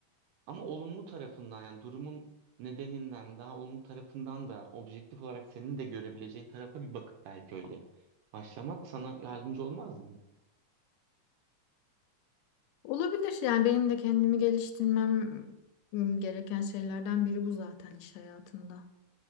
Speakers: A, on the right; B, on the left.
A: ama olumlu tarafından yani durumun nedeninden daha olumlu tarafından da objektif olarak senin de görebileceğin tarafa bir bakıp belki öyle başlamak sana yardımcı olmaz mı?
B: Olabilir yani benim de kendimi geliştirmem m, gereken şeylerden biri bu zaten iş hayatında.